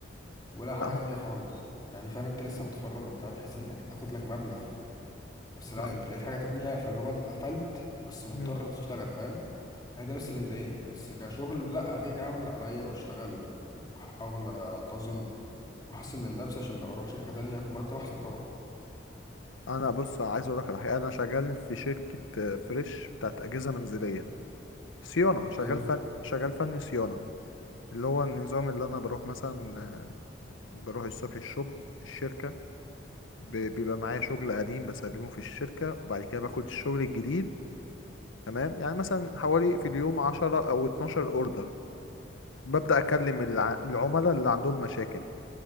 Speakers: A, on the left (about 20°); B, on the left (about 80°).
A: ولا حاجة
B: لا ده
A: تانية
B: هو حاجة
A: خالص يعني فاهم أنت لسه متخرج وبتاع تحس إنك هتاخد لك مبلغ بس لا
B: لا
A: أنت لقيت حاجة تانية فاللي هو أنت اتقفلت بس مضطر
B: مم.
A: تشتغل فاهم ما هي ده بس اللي مضايقني بس كشغل لا كده كده اعمل اللي عليا واشتغل واحاول انتظم واحسن من نفسي عشان لو اروح شركة تانية في مرتب احسن طبعا
B: انا بص عايز اقول لك على حاجة انا شغال في شركة آه، فريش بتاعت اجهزة منزلية صيانة شغال
A: حلو
B: فن شغال فني صيانة اللي هو النظام اللي أنا بروح مثلا بروح الصبح الشغل الشركة ب- بيبقى معايا شغل قديم بسلمه في الشركة وبعد كده باخد الشغل الجديد تمام يعني مثلا حوالي في اليوم عشرة أو اتناشر أوردر ببدأ أكلم الع- العملاء اللي عندهم مشاكل